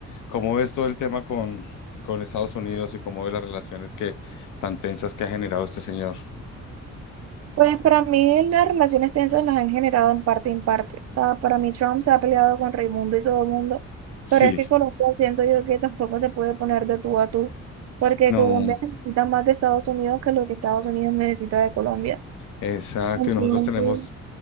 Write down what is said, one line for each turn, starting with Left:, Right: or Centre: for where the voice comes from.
Left: ¿cómo ves todo el tema con, con Estados Unidos y cómo ves las relaciones que tan tensas que ha generado este señor? <laughs>
Right: Pues para mí las relaciones tensas las han generado en parte en parte. O sea, para mí Trump se ha peleado con Raimundo y todo el mundo,
Left: Sí,
Right: pero es que Colombia siento yo que tampoco se puede poner de tú a tú, porque
Left: no,
Right: Colombia necesita más de Estados Unidos que lo que Estados Unidos necesita de Colombia.
Left: exacto.
Right: Entonces,
Left: Y nosotros tenemos,